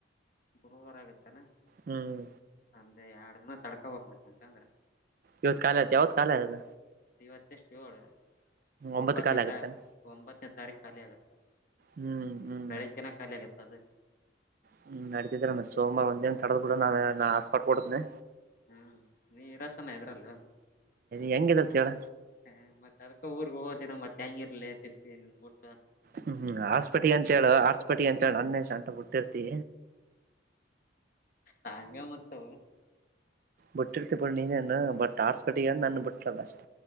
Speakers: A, on the left (about 45°); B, on the right (about 50°).
A: ಗುರುವಾರ ಆಗತ್ತನಾ
B: ಹ್ಮ್
A: ಒಂದೆ ಎರಡ್ ದಿನ ತಡ್ಕೊಬಕ್ ಮತ್ತಕ ಅಂದ್ರ
B: ಇವತ್ತು ಕಾಲ ಯಾವತ್ತು ಕಾಲಯದ
A: ಇವತ್ತೆಷ್ಟು ಏಳು
B: ಒಂಬತ್ತು
A: ಒಂಬತ್ತನೇ
B: ಕಾಲ ಆಗತ್ತಾನ
A: ತ ಒಂಬತ್ತನೇ ತಾರೀಖ್ ಖಾಲಿ ಆಗುತ್ತೆ
B: ಹ್ಮ್ ಹ್ಮ್
A: ಬೆಳಿಗ್ ಜನ ಖಾಲಿ ಆಗತ್ತ ಅದ
B: ಹ್ಮ್ ನಡತಿದ ನ ಸೋಮವಾರ ಒಂದಿನ ತಡದ ಕೂಡ ನಾ ಆಾಸ್ಪಾಟ್ ಕೊಡತನನೆ
A: ಹ್ಮ್ ನೀ ಇರತನ ಇದ್ರಲ್ಲ
B: ಹೆಂಗಗೆರ್ತವಳ
A: ಹ ಮತ್ ಅದಕ ಊರ್ಗ್ ಹೋದಿನ ಮತ್ತೆ ಹೆಂಗಿರ್ಲ ತಿಪ್ಪಿಟ್ಟ
B: ಹ್ಮ್ ಆರ್ಸ್ಪಟಿ ಅಂತ ಹೇಳ ಆರ್ಸ್ಪಟಿ ಅಂತ ಹೇಳಿ ಅಣ್ಣೆ ಶಂಟ ಬಿುಟ್ಟಿರ್ತಿ
A: ಹಂಗ ಮತ್ತ
B: ಬಿಟ್ಟಿರ್ತ ಬಿಡ ನೀನೇನ್ ಬಟ್ ಆಡ್ಸ್ಬಿಟ್ಟಿಗೆ ನಾನನ್ ಬಿಟ್ಟಲ್ಲ ಅಷ್ಟ